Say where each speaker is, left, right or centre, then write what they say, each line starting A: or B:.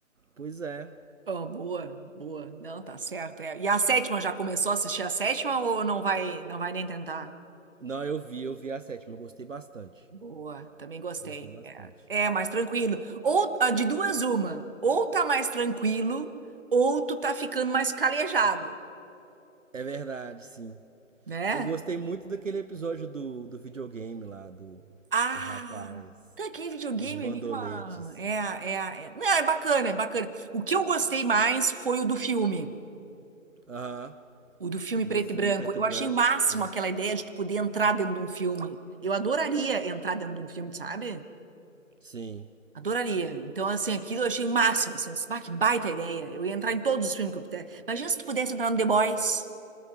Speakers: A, on the right; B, on the right.
A: Pois é.
B: Oh, boa, boa. Não, tá certo. é. E a sétima, já começou a assistir a sétima ou não vai, não vai nem tentar?
A: Não, eu vi, eu vi a sétima, eu gostei bastante.
B: Boa, também gostei.
A: Gostei bastante.
B: É, é mais tranquilo. Ou ah, de duas, uma. Ou tá mais tranquilo, ou tu tá ficando mais calejado,
A: É verdade, sim.
B: né?
A: Eu gostei muito daquele episódio do, do videogame lá, do,
B: Ah,
A: do rapaz,
B: tá que videogame
A: dos bandoletes.
B: ali, uma... É, é, a- é. Não, é bacana, é bacana. O que eu gostei mais foi o do filme,
A: Aham,
B: o do filme
A: do
B: preto
A: filme
B: e branco.
A: preto
B: Eu
A: e branco.
B: achei o máximo
A: Sim.
B: aquela ideia de tu poder entrar dentro de um filme. Eu adoraria entrar dentro de um filme, sabe?
A: Sim.
B: Adoraria. Então, assim, aquilo eu achei o máximo. Assim, bah, que baita ideia. Eu ia entrar em todos os filmes que eu pudesse. Imagina se tu pudesse entrar no The Boys.